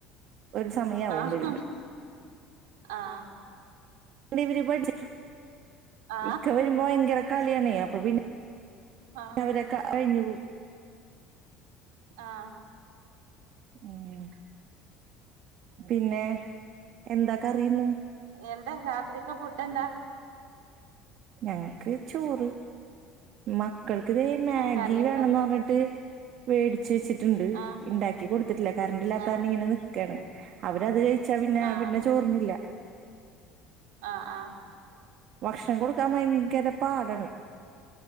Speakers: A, on the right; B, on the right.
A: ഒരു സമയാവും
B: ആഹ്
A: വരുമ്പോ പിന്നെ വര് ബഡ്ജ്
B: ആ
A: ഇക്ക വരുമ്പോ ഭയങ്കര കളിയാണെ അപ്പ പിന്നെ
B: ആ
A: അവരെ <unintelligible> അഴിഞ്ഞു പോ
B: ആഹ്
A: ഉം പിന്നെ എന്ത കറി ഇന്ന്
B: എന്താ രാത്രിക്ക്‌ ഫുഡ് എന്താ
A: ഞങ്ങക്ക് ചോറ് മക്കൾക്കിതേ മാഗി
B: കറി എന്താ
A: വേണന്ന് പറഞ്ഞിട്ട് മേടിച്ച് വെച്ചിട് ണ്ട്
B: ആ
A: ഉണ്ടാക്കി കൊടുത്തിട്ടില്ല കറണ്ട് ഇല്ലാത്ത
B: ആ
A: കാരണം ഇങ്ങനെ നിക്കാണ് അവരത് കഴി ച്ചാ പിന്നെ
B: ആ
A: പിന്നെ ചോറ്തിന്നില്ല
B: ആഹ് ആഹ്
A: ഭക്ഷണം കൊടുക്കാൻ ഭയങ്കര പാടാണ്